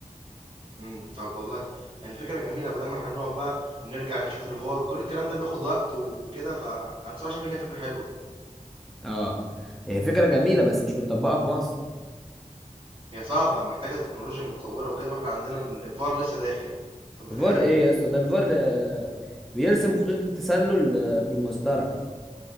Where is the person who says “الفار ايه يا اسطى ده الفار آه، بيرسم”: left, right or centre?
Centre